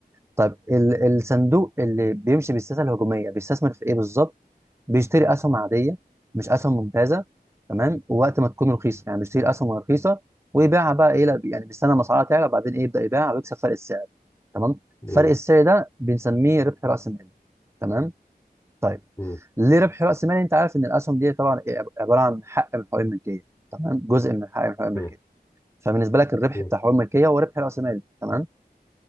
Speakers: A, on the right (about 15°); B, on the left (about 15°).
A: طيب ال- الصندوق اللي بيمشي بالسياسه الهجوميه بيستثمر في ايه بالظبط بيشتري اسهم عاديه مش اسهم ممتازه تمام ووقت ما تكون رخيصه يعني بيشتري اسهم رخيصه ويبيعها بقى ايه لا يعني بيستنى ما اسعارها تعلى وبعدين ايه يبدا يبيعها ويكسب فرق السعر تمام
B: مم.
A: فرق السعر ده بنسميه ربح راس مال تمام طيب
B: مم.
A: ليه ربح راس مال انت عارف ان الاسهم دي طبعا إيه؟ عباره عن حق من حقوق الملكيه تمام جزء من حق من حقوق الملكيه
B: مم.
A: فبالنسبه لك الربح
B: مم.
A: بتاع حقوق الملكيه هو ربح راس مال تمام